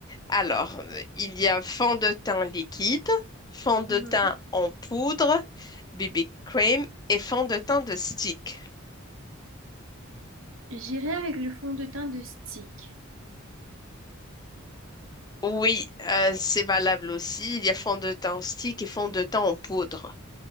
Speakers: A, on the left (about 20°); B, on the right (about 65°).
A: Alors, euh, il y a fond de teint liquide, fond de
B: Mhm.
A: teint en poudre, BB cream et fond de teint de stick.
B: J'irai avec le fond de teint de Stick.
A: Oui, euh, c'est valable aussi. Il y a fond de teint en stick et fond de teint en poudre.